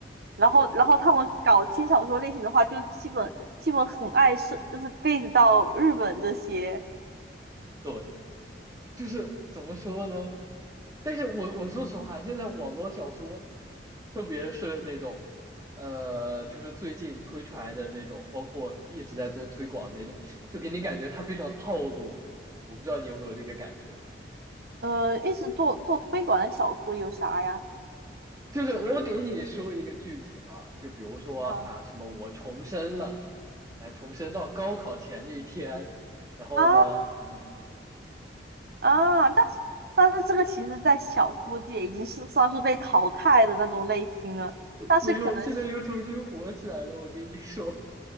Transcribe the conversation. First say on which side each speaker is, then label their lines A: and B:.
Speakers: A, on the right; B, on the right.
A: 然后然后他们搞轻小说类型的话，
B: 对
A: 就基本基本很爱是就是 base 到日本这些。
B: 对。就是怎么说呢？但是我我说实话，现在网络小说，特别是那种，呃，就是最近推出来的那种，包括一直在做推广的那种，就给你感觉它非常套路。我不知道你有没有这个感觉，
A: 呃，一直做做推广的小说有啥呀？
B: 就是我给你说一个剧情啊，就比如说啊，
A: 啊
B: 什么我重生了，呃，重生到高考前的一天，然后呢，
A: 啊
B: <laughs>
A: 啊，但是但是这个其实，在小说界已经是算是被淘汰的那种类型了。但是可能就是，
B: 没有，现在又重新火起来了。我给你说，